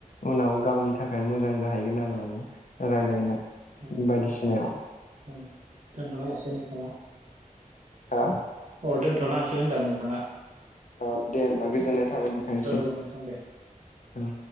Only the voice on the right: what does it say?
औ
औ दोनथ'नो हासिगोन नोंथाङा
औ दोनथनो हासिगोन होनदां नोंथाङा।
औ नोंथां दे